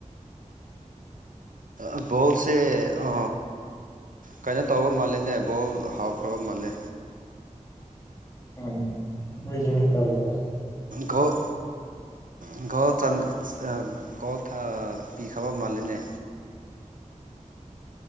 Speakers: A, on the right (about 80°); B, on the left (about 25°).
A: ꯑ ꯕꯣꯜꯁꯦ ꯑ ꯀꯩꯅꯣ ꯇꯧꯕ ꯃꯥꯜꯂꯤꯅꯦ ꯕꯣꯜ ꯍꯥꯎꯈ꯭ꯔꯕ ꯃꯥꯜꯂꯦ
B: ꯎꯝ ꯃꯣꯏꯁꯤꯡꯗꯤ ꯇꯧꯕ꯭ꯔꯣ
A: ꯒꯣꯜ ꯑ ꯒꯣꯜ ꯆꯥꯟ ꯑ ꯒꯣꯜ ꯊ ꯄꯤꯈ꯭ꯔꯕ ꯃꯥꯂꯤꯅꯦ